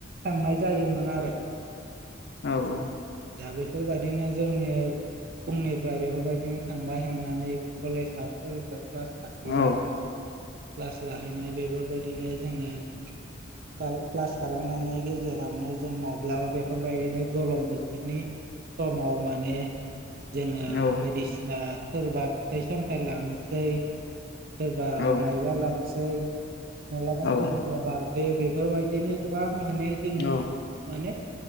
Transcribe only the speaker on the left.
औ औ
औ
औ
औ
औ
औ